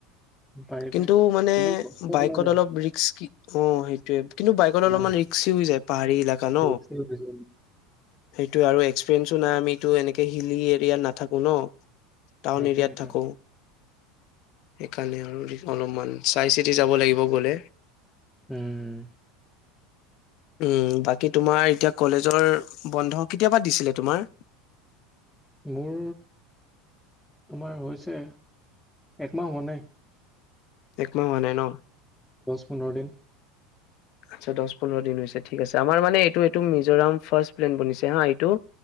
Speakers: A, in the centre; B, on the left.
A: পাৰি পাৰি
B: কিন্তু মানে
A: কিন্তু কষ্ট
B: বাইকত
A: হয় আৰু
B: অলপ ৰিকস্স কি অ সেইটোয়ে কিন্তু বাইক অলপমানৰি্সি
A: উম,
B: হৈ যায় পাহাৰী এলেকা ন
A: ৰিস্কি হৈ গৈছে।
B: সেই এইটো আৰু এক্সপিৰিয়েঞ্চো নাই আমিটো এনেকে হিলি এৰিয়াত নাথাকো ন টাউন
A: সেইটোৱেইটো।
B: এৰিয়াত থাকোঁ সেইকাৰণে আৰু অলপমান চাই চিতি যাব লাগিব গলে।
A: উম।
B: উ বাকী তোমাৰ এতিয়া কলেজৰ বন্ধ কেতিয়াবা দিছিলে তোমাৰ
A: মোৰ তোমাৰ হৈছে। একমাহ হোৱা নাই
B: এক ম মানে ন,
A: দহ পোনন্ধৰ দিন
B: আচ্ছা দহ পন্ধৰ দিন হৈ ঠিক আছে আমাৰ মানে এইটো এইটো মিজোৰাম ফাৰ্ষ্ট প্লেন বনিছে হা এইটো